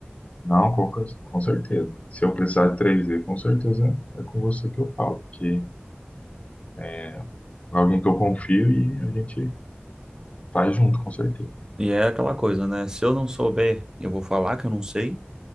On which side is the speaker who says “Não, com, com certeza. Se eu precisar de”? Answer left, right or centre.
Left